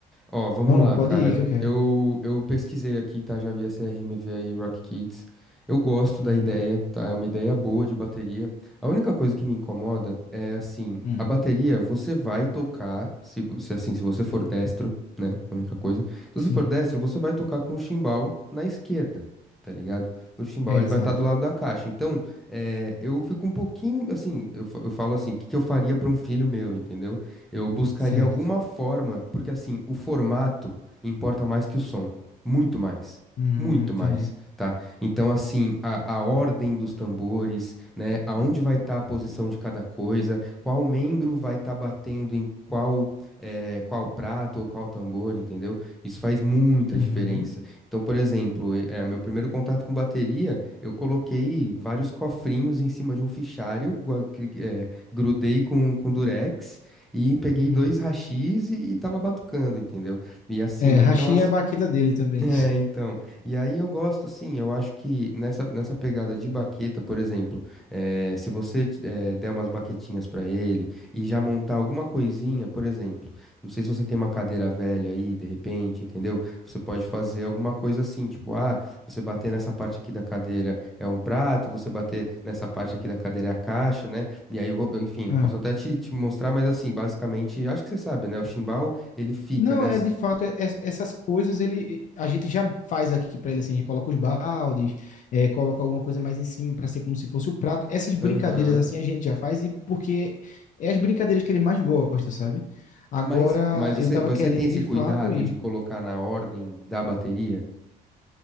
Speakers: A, in the centre; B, on the left.
A: Ó, vamos
B: Vamos,
A: lá,
B: pode
A: cara.
B: ir que eu quero.
A: Eu, eu pesquisei aqui, tá? Já vi a CRMV aí, Rock Kids. Eu gosto
B: Uhum.
A: da ideia, tá? É uma ideia boa de bateria. A única coisa que me incomoda é assim,
B: Hum.
A: a bateria você vai tocar, se, vo- se assim, se você for destro, né? A única coisa. Se você
B: Sim,
A: for destro, você vai tocar com o chimbal na esquerda. Tá ligado? O chimbal
B: é
A: ele
B: exato.
A: vai estar do lado da caixa. Então, é, eu fico um pouquinho assim. Eu, fa- eu falo assim: o que, que eu faria para um filho meu, entendeu? Eu buscaria
B: Certo.
A: alguma forma, porque assim, o formato importa mais que o som, muito mais.
B: Hum,
A: Muito
B: entendi.
A: mais, tá? Então, assim, a, a ordem dos tambores, né? Aonde vai estar a posição de cada coisa, qual membro vai estar batendo em qual, eh, qual prato ou qual tambor, entendeu? Isso faz muita
B: Uhum.
A: diferença. Então, por exemplo, e- eh, meu primeiro contato com bateria, eu coloquei vários cofrinhos em cima de um fichário, gua- cri- eh, grudei com, com durex e peguei
B: Hum.
A: dois hashis e, e tava batucando, entendeu? E assim,
B: É, Hashi
A: então,
B: é a baqueta dele também.
A: é, então. E aí eu gosto, assim, eu acho que nessa, nessa pegada de baqueta, por exemplo, eh, se você t- eh, der umas baquetinhas pra ele e já montar alguma coisinha, por exemplo, não sei se você tem uma cadeira velha aí, de repente, entendeu? Você pode fazer alguma coisa assim, tipo, ah, você bater nessa parte aqui da cadeira é um prato, você bater nessa parte aqui da cadeira é a caixa, né? E aí, eu vou- eu, enfim, eu
B: Ah.
A: posso até te, te mostrar, mas assim, basicamente, acho que você sabe, né? O chimbal, ele fica,
B: Não,
A: né?
B: é de fato, é- é- essas coisas ele a gente já faz aqui pra ele assim, a gente coloca os baldes, é, coloca alguma coisa mais em cima pra ser como se fosse o prato. Essas brincadeiras
A: Aham.
B: assim a gente já faz e porque é as brincadeiras que ele mais gosta, sabe? Agora
A: Mas, mas você,
B: eu tava
A: você
B: querendo
A: tem esse
B: de
A: cuidado
B: fato ir.
A: de colocar na ordem da bateria?